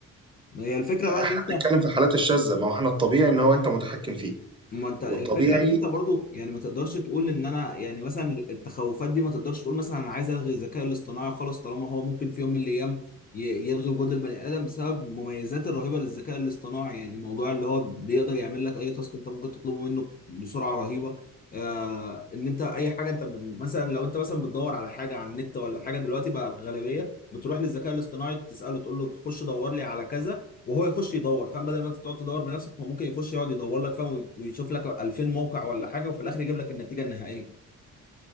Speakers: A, on the left; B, on the right.
A: ما هي الفكره
B: احنا
A: بقى ان انت
B: بنتكلم في الحالات الشاذة ما هو احنا الطبيعي ان هو انت متحكم فيه
A: ما انت الفكره
B: والطبيعي
A: ان انت برضو يعني ما تقدرش تقول ان انا يعني مثلا التخوفات دي ما تقدرش تقول مثلا انا عايز الغي الذكاء الاصطناعي خالص طالما هو ممكن في يوم من الايام ي- يلغي وجود البني ادم بسبب المميزات الرهيبه للذكاء الاصطناعي يعني موضوع اللي هو بيقدر يعمل لك اي تاسك انت ممكن تطلبه منه بسرعه رهيبه آه ان انت اي حاجه انت م- مثلا لو انت مثلا بتدور على حاجه على النت ولا حاجه دلوقتي بقى الغالبيه بتروح للذكاء الاصطناعي تساله تقول له خش دور لي على كذا وهو يخش يدور فاهم بدل ما انت تقعد تدور بنفسك هو ممكن يخش يقعد يدور لك فاهم وي- ويشوف لك 2000 موقع ولا حاجه وفي الاخر يجيب لك النتيجه النهائيه